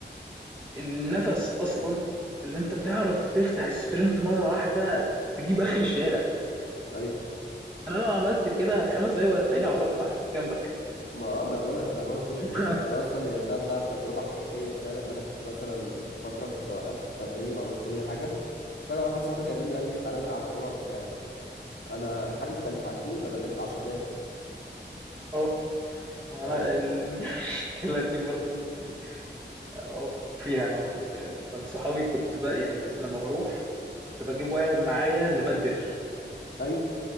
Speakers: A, on the right (about 25°); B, on the left (about 80°).
A: النَفَس أصلًا اللي أنت تعرف تفتح sprint مرّة واحدة تجيب آخر الشارع،
B: أيوه
A: أنا لو عملت كده 5 دقايق وهتلاقيني على الأرض معاك جنبك.
B: ما اه ما انا بقول لك انا برضو
A: <laughs>
B: انا اصلا يعني ده ده تجربه حقيقيه فعلا انا كنت مثلا فتره كنت وقفت تمرين وعملت كل حاجه فجاه واحد صاحبي كلمني قال لي تعالى نلعب كوره وبتاع انا الحجز كان ساعتين انا لعبت 10 دقايق بس
A: آه، ما
B: فاهم
A: أنا المشكلة دي برضه يعني أوافقك فيها أنا ك- كان صحابي كنت بقى يعني لما بروح كنت بجيب واحد معايا نبدل
B: ايوه